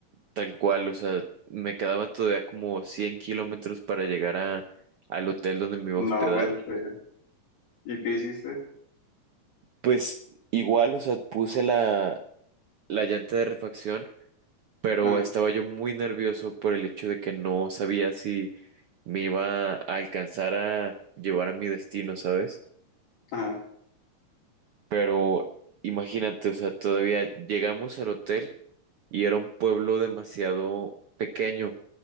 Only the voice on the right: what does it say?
tal cual, o sea, me quedaba todavía como 100 kilómetros para llegar a, al hotel donde me iba
a hospedar.
Pues igual, o sea, puse la, la llanta de refacción pero
estaba yo muy nervioso por el hecho de que no sabía si me iba a alcanzar a llevar a mi destino, ¿sabes?
Pero imagínate, o sea, todavía llegamos al hotel y era un pueblo demasiado pequeño,